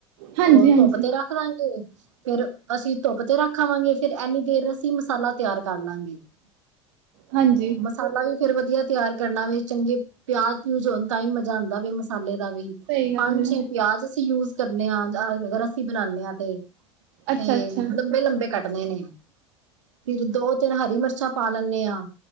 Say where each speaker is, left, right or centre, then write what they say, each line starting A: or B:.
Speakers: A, on the right (about 65°); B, on the right (about 80°).
A: ਹਾਂਜੀ
B: ਤੇ, ਓ ਧੁੱਪ
A: ਹਾਂਜੀ
B: ਤੇ ਰੱਖ ਦਾਂਗੇ ਫੇਰ ਅਸੀ ਧੁੱਪ ਤੇ ਰੱਖਾਵਾਂਗੇ, ਫੇਰ ਏਨੀ ਦੇਰ ਅਸੀ ਮਸਾਲਾ ਤਿਆਰ ਕਰ ਲਾਂਗੇ <inaudible> <inaudible>
A: ਹਾਂਜੀ।
B: ਮਸਾਲਾ ਵੀ, ਫੇਰ ਵਧੀਆ ਤਿਆਰ ਕਰਨਾ ਵੇ, ਚੰਗੇ ਪਿਆਜ -ਪਿਊਜ ਹੋਨ, ਤਾਂ ਈ ਮਜਾ ਆਂਦਾ ਵੇ ਮਸਾਲੇ ਦਾ ਵੀ
A: ਸਹੀ ਗੱਲ
B: ਹਾਂਜੀ
A: ਹੈ
B: ਪਿਆਜ ਅਸੀ ਯੂਜ਼ ਕਰਨੇ ਆਂ, ਅ ਅਗਰ ਅਸੀ ਬਨਾਨੇ ਆ ਤੇ
A: ਅੱਛਾ
B: ਤੇ
A: ਅੱਛਾ
B: ਲੰਬ-ਲੰਬੇ ਕਾੱਟਨੇ ਨੇ ਫਿਰ ਦੋ -ਤਿੰਨ ਹਰੀ ਮਿਰਚਾਂ, ਪਾ ਲੈਨੇ ਆਂ